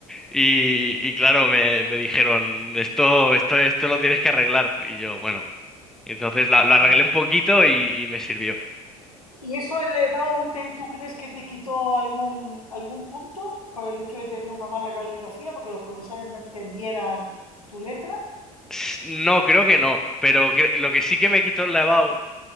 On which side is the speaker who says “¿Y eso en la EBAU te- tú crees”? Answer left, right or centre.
Left